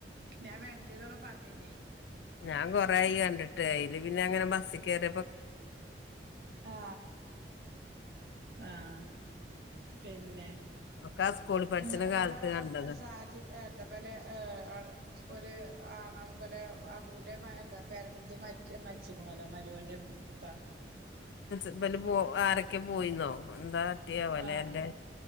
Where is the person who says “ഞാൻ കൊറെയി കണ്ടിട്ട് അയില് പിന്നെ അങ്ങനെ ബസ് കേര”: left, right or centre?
Left